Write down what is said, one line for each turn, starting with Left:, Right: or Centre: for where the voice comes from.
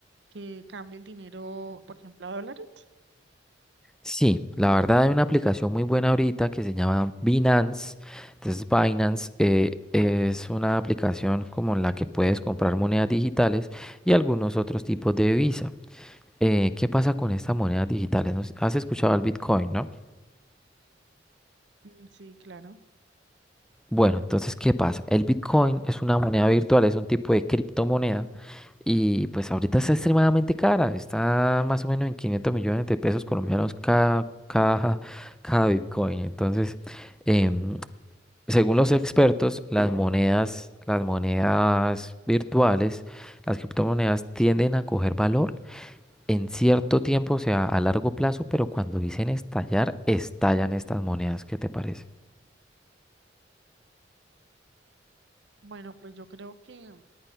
Right: que cambie el dinero, por ejemplo, a dólares.
Centre: Sí, la verdad hay una aplicación muy buena ahorita que se llama Binance. Entonces Binance eh, es una aplicación como la que puedes comprar monedas digitales y algunos otros tipos de divisa. Eh, ¿qué pasa con estas monedas digitales? No Has escuchado el Bitcoin, ¿no?
Right: Mm, Sí, claro.
Centre: Bueno, entonces, ¿qué pasa? El Bitcoin es una moneda virtual, es un tipo de criptomoneda y pues ahorita está extremadamente cara. Está más o menos en 500 millones de pesos colombianos cada, cada, <laughs> cada Bitcoin. Entonces... em, Según los expertos, las monedas, las monedas virtuales, las criptomonedas tienden a coger valor en cierto tiempo, o sea, a largo plazo, pero cuando dicen estallar, estallan estas monedas. ¿Qué te parece?
Right: Bueno, pues yo creo que